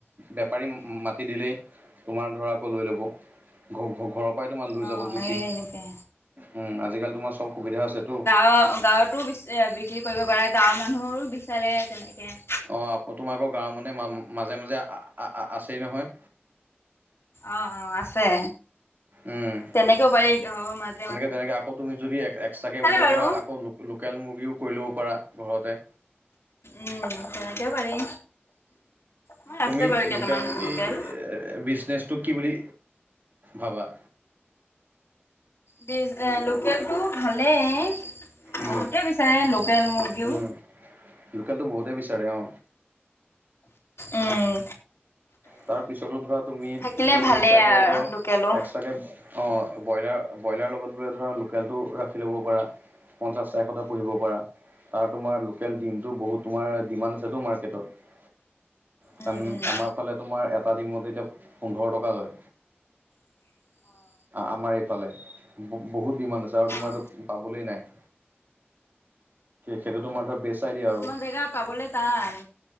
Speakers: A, on the right; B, on the left.
A: বেপাৰী মাটি দিলেই তোমাৰ ধৰা আকৌ লৈ ল'ব। ঘ ঘ ঘৰৰ পাই তোমাৰ লৈ
B: অ
A: যাব জুখি।
B: সেই এনেকে
A: উম আজিকালি তোমাৰ চব সুবিধা আছেতো।
B: আ গাঁৱত তো বি বিক্ৰী কৰিব পাৰে। গাঁৱৰ মানুহৰো বিচাৰে তেনেকে।
A: অঁ আ তোমাৰ আকৌ গাঁৱৰ মানুহে মা মাজে মাজে আ আ আছেই নহয়।
B: অ অ আছে।
A: উম,
B: তেনেকৈও পাৰি অ মা-
A: তেনেকে তেনেকে আকৌ তুমি যদি এক্সট্ৰাকে বোলে
B: বাৰু
A: ধৰা আকৌ লোকেল মুৰ্গীও কৰি ল'ব পাৰা ঘৰতে।
B: উম তেনেকেও পাৰি। মোৰ আছে
A: তুমি
B: বাৰু কেইটামান
A: লোকেল মুৰ্গী
B: লোকেল
A: বিজনেচটো কি বুলি ভাবা?
B: বিজ এ লোকেল টো ভালেই।
A: উম,
B: বহুতে বিচাৰে লোকেল মুৰ্গীও
A: উম, লোকেলটো বহুতেই বিচাৰে অ'।
B: উম।
A: তাৰ পিছতো ধৰা তুমি
B: থাকিলে
A: যদি
B: ভালেই
A: ইচ্ছা কৰা
B: আৰু
A: ধৰা
B: লোকেলো
A: এক্সট্ৰাকে অ', ব্ৰইলাৰ ব্ৰইলাৰ লগত বোলে ধৰা লোকেলটো ৰাখি ল'ব পাৰা। পঞ্চাশটা এশটা পুহিব পাৰা। তাৰ তোমাৰ লোকেল ডিমটো বহুত তোমাৰ ডিমান আছেটো মাৰ্কেটত। কাৰণ
B: উম উম
A: আমাৰ ফালে তোমাৰ এটা দিমতে এতিয়া পোন্ধৰ টকা লয়।
B: <inaudible>
A: আমাৰ এইফালে। বহুত ডিমাণ্ড আছে আৰু তোমাৰ
B: অ
A: এইটো পাবলৈ নাই। সেইটো তোমাৰ ধৰ বেচ আইডিয়া
B: কিছুমান
A: আৰু
B: জেগা পাবলে টান